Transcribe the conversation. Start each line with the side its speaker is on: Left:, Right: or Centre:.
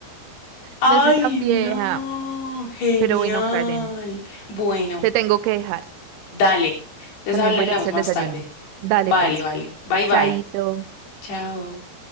Left: Ay,
Right: No soy tan vieja.
Left: no, genial.
Right: Pero bueno, Karen,
Left: Bueno,
Right: te tengo que dejar.
Left: dale. Entonces
Right: También
Left: hablamos
Right: voy a ir a hacer
Left: más
Right: desayuno.
Left: tarde.
Right: Dale,
Left: Vale,
Right: pues.
Left: vale. Bye, bye.
Right: Chaito.
Left: Chao.